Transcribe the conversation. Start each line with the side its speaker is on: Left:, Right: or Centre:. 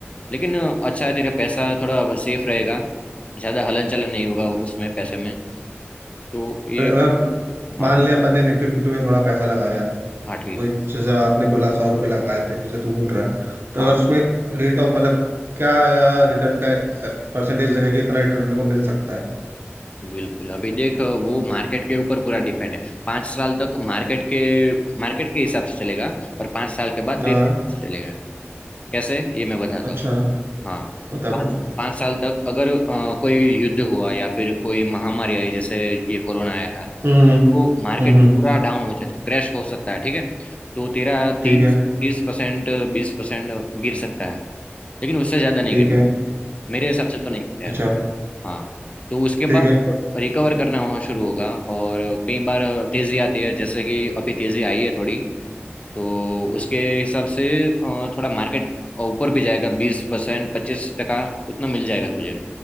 Left: लेकिन अच्छा है तेरा पैसा थोड़ा सेफ रहेगा ज्यादा हलन चलन नहीं होगा उसमें पैसे में तो ये
Right: तो अगर
Left: हाँ
Right: मान लिया अपन ने निफ्टी फिफ्टी में थोड़ा पैसा लगाया
Left: हाँ ठीक
Right: वही
Left: है
Right: जैसे आपने बोला सौ रुपये लगाए थे जैसे तू बोल रहा है तो
Left: हाँ
Right: अगर उसमें रेट ऑफ मतलब क्या रिटर्न का परसेंटेज लगेगा कि इतना रिटर्न अपने को मिल सकता है
Left: बिल्कुल अभी देख वो मार्केट के ऊपर पूरा डिपेंड है पांच साल तक मार्केट के मार्केट के हिसाब से चलेगा और पांच साल के बाद
Right: हाँ
Left: तेरे हिसाब से चलेगा कैसे ये मैं बताता
Right: अच्छा
Left: हूँ हाँ
Right: बता
Left: पाँच
Right: बता
Left: पाँच साल तक अगर अ, कोई युद्ध हुआ या फिर कोई महामारी आई जैसे ये कोरोना आया था
Right: हम्म
Left: तो मार्केट
Right: हम्म हम्म,
Left: पूरा डाउन हो जाता क्रैश हो सकता है ठीक है तो तेरा
Right: ठीक
Left: तीस
Right: है
Left: तीस परसेंट बीस परसेंट गिर सकता है लेकिन उससे ज्यादा नहीं
Right: ठीक
Left: गिरेगा
Right: है
Left: मेरे हिसाब से तो नहीं गिरेगा
Right: अच्छा
Left: हाँ तो उसके
Right: ठीक
Left: बाद
Right: है
Left: रिकवर करना वहाँ शुरू होगा और कई बार तेजी आती है जैसे कि अभी तेजी आई है थोड़ी तो उसके हिसाब से अ, थोड़ा मार्केट ऊपर भी जाएगा बीस परसेंट पच्चीस टका उतना मिल जाएगा तुझे